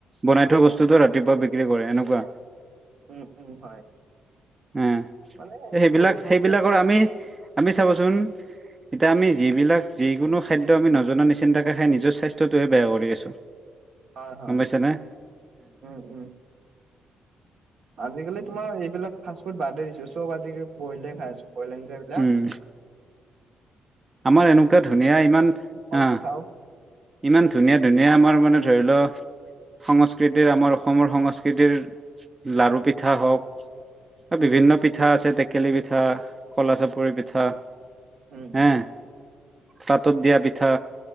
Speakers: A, on the right; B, on the right.
A: বনাই থোৱা বস্তুটো ৰাতিপুৱা বিক্ৰী কৰে এনেকুৱা।
B: উম উম হয়।
A: উম সেইবিলাক,
B: মানে বহু খিনিতে
A: সেইবিলাকৰ আমি আমি চাবচোন এতিয়া আমি যিবিলাক যিকোনো খাদ্য আমি নজনা নিচিন্তাকে খাই নিজৰ স্বাস্থ্যটোহে বেয়া কৰি আছো।
B: হয়, হয়
A: গম পাইছানে
B: উম, উম। আজিকালি তোমাৰ এইবিলাক ফাষ্টফুড বাদেই দিছো, চব আজিকালি ব্ৰইলে খাই আছো ব্ৰই সেইবিলাক।
A: উম, আমাৰ এনেকুৱা ধুনীয়া ইমান
B: খুব কমকে
A: আ
B: খাওঁ
A: ইমান ধুনীয়া, ধুনীয়া মই মানে ধৰি লও সংস্কৃতিৰ আমাৰ অসমৰ সংস্কৃতিৰ, লাৰু পিঠা হওক
B: উম,
A: বিভিন্ন পিঠা আছে টেকেলি পিঠা, কলা চাপ ৰি পিঠা
B: উম,
A: হে
B: উম,
A: তাতত দিয়া পিঠা।